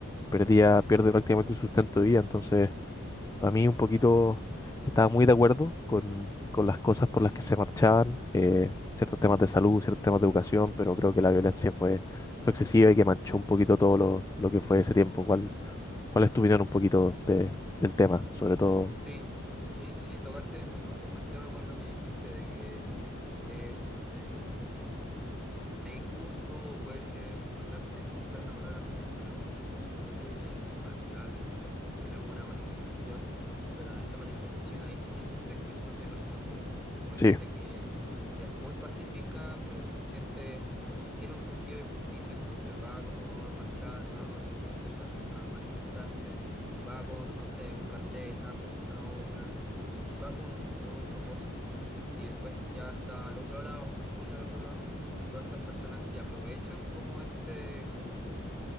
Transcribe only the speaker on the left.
perdía, pierde prácticamente su sustento de vida. Entonces, para mí un poquito estaba muy de acuerdo con, con las cosas por las que se marchaban, eh, ciertos temas de salud, ciertos temas de educación, pero creo que la violencia fue, fue excesiva y que manchó un poquito todo lo, lo que fue ese tiempo. ¿Cuál, cuál es tu opinión un poquito de, del tema? Sobre todo,
sí.